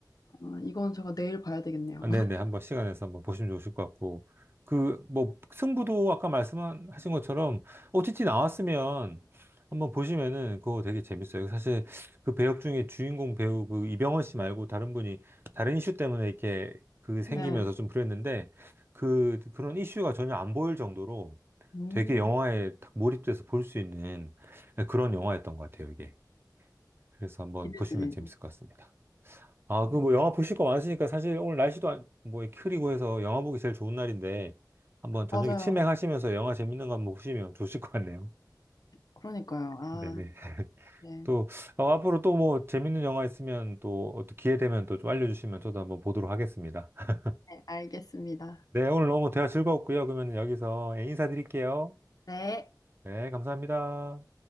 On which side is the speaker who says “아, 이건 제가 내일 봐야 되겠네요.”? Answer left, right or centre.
Left